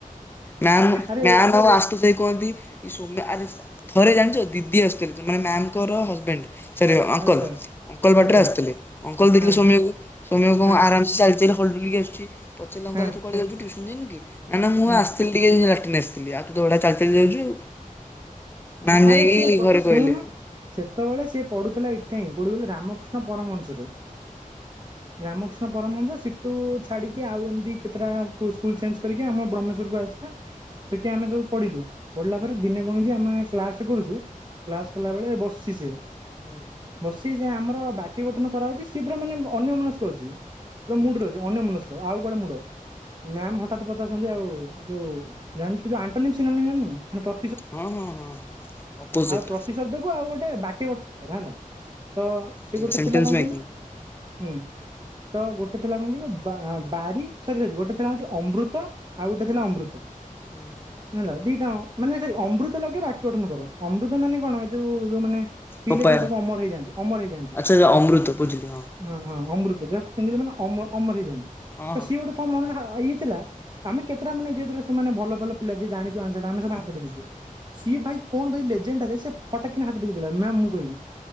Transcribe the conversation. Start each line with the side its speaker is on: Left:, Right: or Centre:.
Left: ମାୟାମ୍
Right: ଆରେ
Left: ମାୟାମ୍ ଆଉ ଆଶୁତୋଷ ଭାଇ କୁହନ୍ତି ସୌମ୍ୟ ଆରେ ଥରେ ଜାଣିଛ ଦିଦି ଆସିଥିଲେ ତ ମାନେ ମ୍ୟାମ ଙ୍କର ହଜବେଣ୍ଟ ସରୀ ଅଙ୍କଲ୍
Right: ଆଚ୍ଛା
Left: ଅଙ୍କଲ ବାଟରେ
Right: ଆଚ୍ଛା
Left: ଆଶୁଥିଲେ ଅଙ୍କଲ ଦେଖିଲେ
Right: ହଁ
Left: ସୋମ୍ୟକୁ ସୋମ୍ଯ କଣ
Right: ହଁ
Left: ଆରାମସେ ଚାଲିଚିଲ ହଲଡ଼ୁଲିକି ଆସିଛି ପଚାରିଲେ ଅଙ୍କଲ
Right: ହଁ
Left: ତୁ କୁଆଡ଼େ ଯାଉଛୁୁ ଟିଉସନ୍ ଯାଇନୁ କି ନାଁ ନାଁ ମୁଁ
Right: ହୁଁ
Left: ଆସି ଆସିଥିଲି ଟିକେ ଲାଟିନ ଆସିଥିଲି ଆଉ ତୁତ ବଢିଆ ଚାଲି ଚାଲି ଯାଉଚୁ ଆଉ। ମ୍ୟାମ୍
Right: ହଁ ଆରେ
Left: ଯାଇକି
Right: ସିଏ କ
Left: ଘରେ
Right: ଶୁଣୁନ୍
Left: କହିଲେ
Right: ସେତବଳେ ସିଏ ପଢୁଥିଲା ଏଠାହିଁ କୋଉଠି କହିଲ ରାମକୃଷ୍ଣ ପରମହଂସରେ। ରାମକୃଷ୍ଣ ପରମହଂଶ ସିଟୁ ଛାଡିକି ଆଉ ଏମିତି କେତେଟା ସ୍କୁଲ ଚେଞ୍ଜ କରିକି ଆମ ବ୍ରହ୍ମେଶ୍ୱରକୁ ଆସିଲା। ସେଠି ଆମେ ସବୁ ପଢିଲୁ। ପଢ଼ିଲା
Left: ହୁଁ
Right: ପରେ ଦିନେ କଣ ହେଇଛି ଆମେ କ୍ଲାସଟେ କରୁଛୁ କ୍ଲାସ କଲା ବେଳେ ବସିଛି ସେ।
Left: ହୁଁ
Right: ବସିଚିଯେ ଆମର ବାକ୍ୟ ଗଠନ କରାଅଉଛି ସେ ପୁରା ମାନେ ଅନ୍ୟ ମନସ୍କ ଅଛି। ପୁରା ମୁଡ଼ରେ
Left: ହୁଁ
Right: ଛି ଅନ୍ୟ ମନସ୍କ ଆଉ କୁଆଡ଼େ ମୁଁଣ୍ଡ। ମ୍ୟାମ ହଠାତ୍ ପଚାରୁଛନ୍ତି ଆଉ ଯୋଉ ଜାଣିଛୁ ଜୋ ଆଣ୍ଟୋନିମ୍ ସିନୋନି ଜାଣିନୁ ମାନେ ପ୍ର
Left: ହଁ ହଁ ହଁ। ଅପୋଜିଟ୍
Right: ଆଉ ପ୍ରତି ଶବ୍ଦ କୁ ଆଉ ଗୋଟେ ବାକ୍ୟ ଗଠନ କରାହେଲା ତ ସେ ଗୋଟେ
Left: ସେଣ୍ଟେନ୍ସ
Right: ଥିଲା କ, ଣ
Left: ମେକିଂ
Right: କହିଲୁ? ହୁଁ। ତ ଗୋଟେ ଥିଲା କଣ କହିଲ ବା ବାରି ସରି ସରି ଗୋଟେ ଥିଲା ହଉଛି ଅମୃତ ଆଉ ଗୋଟେ ଥିଲା ଅମୃତ।
Left: ହୁଁ <inaudible>
Right: ହେଲା ଦିଟା ଆଙ୍କ ମାନେ ସେ ଅମୃତ ଲଗେଇ ବାକ୍ୟ ଗଠନ କର। ଅମୃତ ମାନେ କଣ? ଏ ଯୋଉ ଯୋଉ ମାନେ ପିଇଲେ
Left: ପପାୟା।
Right: ଯୋଉଟାକୁ ଅମର ହେଇଯାଆନ୍ତି ଅମର ହେଇଯାଆନ୍ତି।
Left: ଆଚ୍ଛା ଅମୃତ ବୁଝିଲି
Right: ହଁ ହଁ ଅମୃତ ଯାହାକୁ ପିଇଲେ ମାନେ ଅମ ଅମର ହେଇଯାଆନ୍ତି।
Left: ହଁ
Right: ତ
Left: ହଁ।
Right: ସିଏ ଗୋଟେ ମୋ ମନରେ ଇଏ ଥିଲା। ଆମେ କେତେଟା ମାନେ ଯେହେତୁ ସେମାନେ ଭଲ ଭଲ ପିଲା ଯିଏ ଜାଣି ଯୋଉ ଆନ୍ସର୍ ଟା ଆମେ ସବୁ ହାତ ଟେକିଛୁ। ସିଏ ଭାଇ କଣ ଭାଇ ଲେଜେଣ୍ଡଟା ରେ, ସେ ଫଟାକ କିନା ହାତ ଟେକି ଦେଲା, ମ୍ୟାମ ମୁଁ କହିବି।।